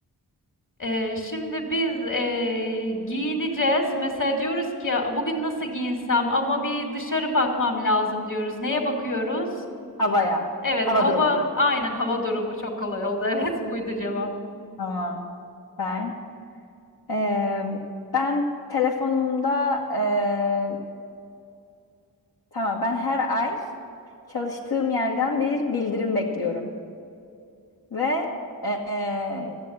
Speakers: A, on the left (about 50°); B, on the left (about 65°).
A: Ee, şimdi biz ee, giyineceğiz. Mesela diyoruz ki bugün nasıl giyinsem ama bir dışarı bakmam lazım diyoruz. Neye bakıyoruz?
B: Havaya.
A: Evet
B: Hava
A: hava
B: durumu.
A: aynen hava durumu çok kolay oldu. <laughs> Evet buydu cevap.
B: Tamam. Ver. Ee, ben telefonumda ee, tamam ben her ay çalıştığım yerden bir bildirim bekliyorum ve ee,